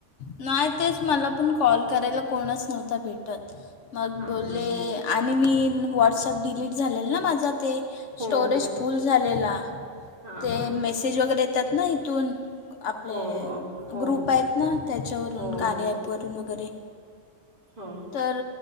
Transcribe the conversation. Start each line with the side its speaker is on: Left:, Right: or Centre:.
Left: नाय तेच मला पण कॉल करायला कोणच नव्हतं भेटत मग
Right: हा
Left: बोलले
Right: हा हा
Left: आणि मी व्हॉट्सअप डिलीट झालेलं ना माझं ते
Right: हो
Left: स्टोरेज
Right: हो
Left: फुल्ल झालेला
Right: हा
Left: ते
Right: हा
Left: मॉसेज
Right: हा
Left: वगैरे येतात ना इथून आपले
Right: हो, हो, हो,
Left: ग्रुप आहेत ना त्यांच्यावरून
Right: हो,
Left: कार्या
Right: हो,
Left: ॲप वरून वगैरे
Right: हो
Left: तर